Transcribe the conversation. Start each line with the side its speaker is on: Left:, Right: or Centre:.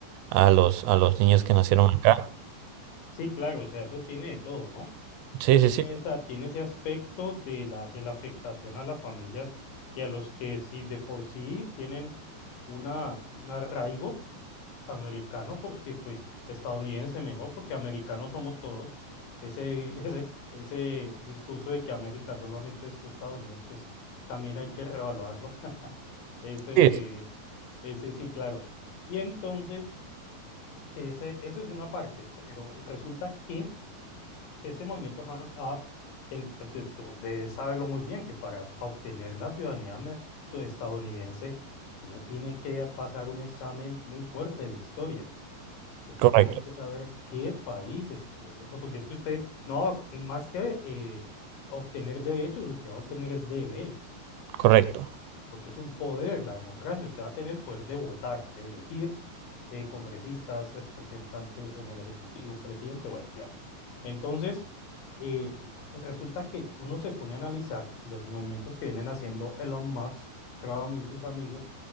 Right: a los, a los niños que nacieron acá.
Left: Sí, claro, o sea, eso tiene de todo, ¿no?
Right: Sí,
Left: Tiene
Right: sí, sí,
Left: esa, tiene ese aspecto de la, de la afectación a las familias y a los que sí de por sí tienen una, un arraigo americano, porque pues estadounidense mejor, porque americanos somos todos. Ese, <laughs> ese, ese discurso de que América solamente es Estados Unidos, pues también hay que reevaluarlo <laughs> Ese,
Right: sí,
Left: ese sí, claro. Y entonces, ese, esa es una parte, pero resulta que ese movimiento hands-off, te- te- tú debes saberlo muy bien, que para obtener la ciudadanía me- so- estadounidense, uno tiene que pasar un examen muy fuerte de historia. Usted
Right: correcto,
Left: tiene que saber qué país es, o sea, porque es que usted, no, más que eh, obtener derechos, usted va a obtener es deberes
Right: correcto.
Left: por- porque es un poder la democracia. Usted va a tener el poder de votar, de elegir eh, congresistas, representantes en el Ejecutivo, presidente, bueno, ya. Entonces, eh, resulta que uno se pone a analizar y los movimientos que vienen haciendo Elon Musk, Trump y sus amigos,